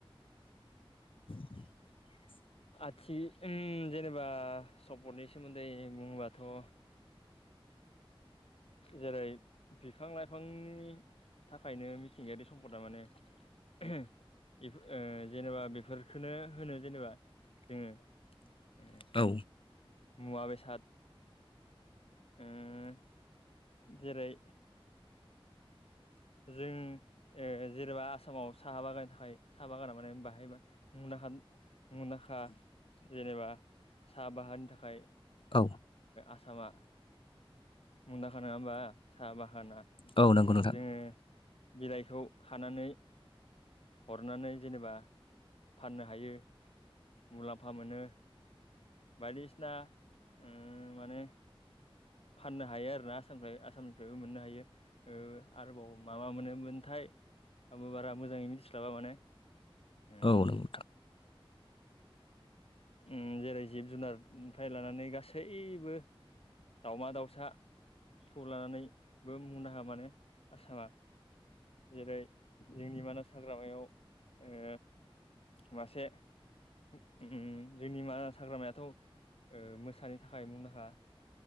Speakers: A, on the left; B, on the left.
A: <inaudible>
B: आथि उम जेनेबा सम्फदनि सोमोन्दै बुङोबाथ' जेरै बिफां लाइफांनि थाखायनो मिथिंगायारि सम्पदा माने। <unintelligible> इफ ओ जेनेबा बेफोरखोनो होनो जेनेबा जोङो। ओ
A: औ।
B: मुवा बेसाद उम जेरै जों ए जेनेबा आसामाव साहा बागाननि थाखाय साहा बागाना माने बाहाय मुंदांखा मुदखा जेनेबा साहा बाहानि थाखाय
A: औ
B: आसामा मुंदांखा नङा होमबा साहा बागाना उम
A: औ नंगौ नोंथां
B: जोङो बिलाइखौ खानानै हरनानै जेनेबा फाननो हायो। मुलाम्फा मोनो बायदिसिना उम माने फाननो हायो आरोना आसामनिफ्राय आसामनिफ्रायबो मोननो हायो आरोबाव माबा मोनोमोनथाय आंबो बारा मोजाङै मिथिस्लाबा माने उम
A: ओव नोंथा।
B: उम जेरै जिब जुनारनिफ्राय लानानै गासैबो दाउमा दाउसा खौ लानानैबो मुंदांखा माने आसामा। जेरै जोंनि मानास हाग्रामायाव ओ मासे उम जोंनि मानास हाग्रामायाथ' मोसानि थाखाय मुंदांखा।